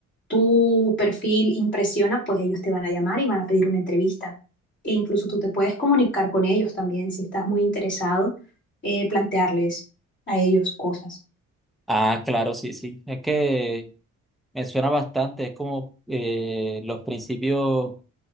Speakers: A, on the left (about 40°); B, in the centre.
A: tu perfil impresiona, pues ellos te van a llamar y van a pedir una entrevista. E incluso tú te puedes comunicar con ellos también si estás muy interesado, eh, plantearles a ellos cosas.
B: Ah, claro, sí, sí. Es que me suena bastante. Es como eh, los principios